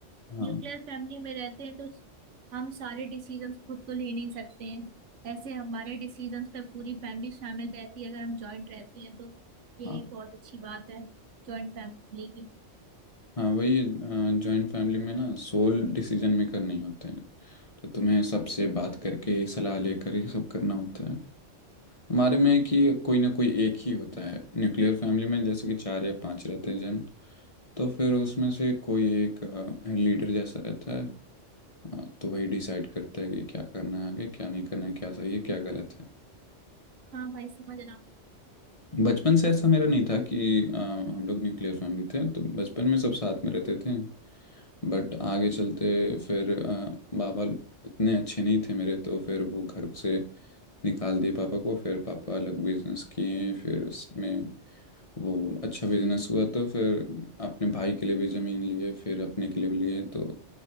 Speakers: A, on the left; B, on the right.
A: हाँ
B: न्यूक्लियर फैमिली में रहते हैं तो हम सारे डिसीजंस खुद तो ले नहीं सकते हैं ऐसे हमारे डिसीजंस पे पूरी फैमिली शामिल रहती है अगर हम जॉइंट रहते हैं तो ये
A: हाँ
B: एक बहुत अच्छी बात है जॉइंट फैमिली की
A: हाँ वही जॉइंट फैमिली में ना सोल डिसीजन मेकर नहीं होते हैं तो तुम्हें सबसे बात करके सलाह लेकर ही सब करना होता है हमारे में कि कोई ना कोई एक ही होता है न्यूक्लियर फैमिली में जैसे कि चार या पांच रहते हैं जन तो फिर उसमें से कोई एक लीडर जैसा रहता है अ, तो वही डिसाइड करता है कि क्या करना है आगे क्या नहीं करना है क्या सही है क्या गलत है
B: हाँ भाई समझ रहा हूँ
A: बचपन से ऐसा मेरा नहीं था कि अ, हम लोग न्यूक्लियर फैमिली थे तो बचपन में सब साथ में रहते थे बट आगे चलते फिर अ, बाबा उतने अच्छे नहीं थे मेरे तो फिर वो घर से निकाल दिए पापा को फिर पापा अलग बिजनेस किए फिर उसमें वो अच्छा बिजनेस हुआ तो फिर अपने भाई के लिए भी ज़मीन लिए फिर अपने के लिए भी लिए तो